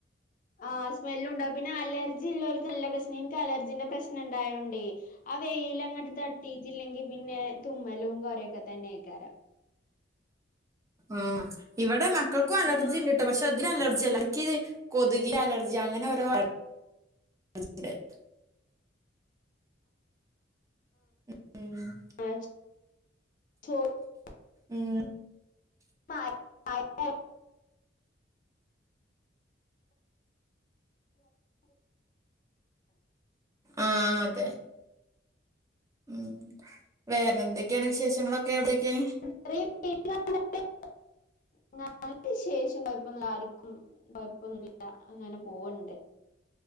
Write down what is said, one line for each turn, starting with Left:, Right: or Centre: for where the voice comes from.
Left: ആഹ് സ്മെല്ലുണ്ടാവും പിന്ന അലർജി ഇല്ലോല്ക്ക് നല്ല പ്രശ്ന ഇനിക്ക് അലർജിന്റെ പ്രശ്നം ഉണ്ടായോണ്ടേ ആഹ് വെയിലങ്ങട്ട് തട്ടിയിറ്റില്ലെങ്കിൽ പിന്നെ തുമ്മലും കൊരെയൊക്കെ തന്നെക്കാരം
Right: ആഹ് ഇവിടെ മക്കൾക്കും അലർജിണ്ട്
Left: ഇന്നൊരു
Right: പക്ഷെ അതിൽ അലർജി അല്ല ഇക്കിത് കൊതുകിനെ അലർജി അങ്ങനെ ഓരോ അല <inaudible> <inaudible>
Left: <inaudible>
Right: ഉം
Left: <unintelligible>
Right: ആഹ് അതെ ഉം വേറെ എന്തൊക്കെയാണ് വിശേഷങ്ങളൊക്കെ അവിടെയൊക്കെ
Left: <unintelligible> നല്ല വിശേഷം കുഴപ്പ <unintelligible> ല്ല ആർക്കും കുഴപ്പൊന്നുല്ല ല്ല അങ്ങനെ പോവ്ണ്ട്